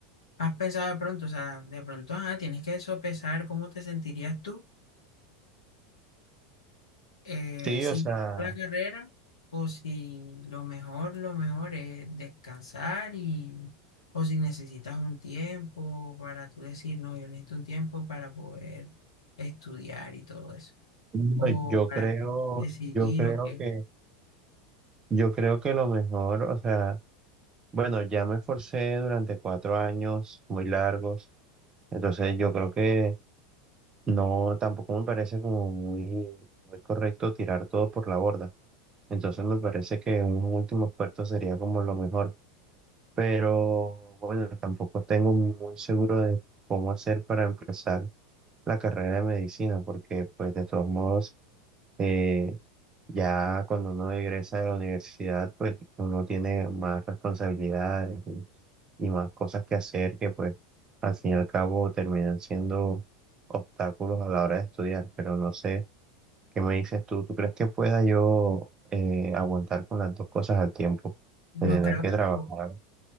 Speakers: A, on the left; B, on the right.
A: has pensado de pronto, o sea, de pronto, ajá, tienes que sopesar cómo te sentirías tú eh,
B: Sí,
A: si
B: o sea,
A: la carrera o si lo mejor, lo mejor es descansar y o si necesitas un tiempo para tú decir, no, yo necesito un tiempo para poder estudiar y todo eso,
B: no,
A: o
B: yo
A: para
B: creo,
A: decidir
B: yo creo
A: o qué.
B: que, yo creo que lo mejor, o sea, bueno, ya me esforcé durante cuatro años muy largos. Entonces yo creo que no, tampoco me parece como muy, muy correcto tirar todo por la borda. Entonces me parece que un último esfuerzo sería como lo mejor. Pero bueno, tampoco tengo muy seguro de cómo hacer para empezar la carrera de medicina, porque pues de todos modos, eh, ya cuando uno egresa de la universidad, pues uno tiene más responsabilidades y, y más cosas que hacer que pues al fin y al cabo terminan siendo obstáculos a la hora de estudiar. Pero no sé, ¿qué me dices tú? ¿Tú crees que pueda yo eh, aguantar con las dos cosas al tiempo?
A: Yo
B: De tener
A: creo
B: que
A: que
B: trabajar
A: po-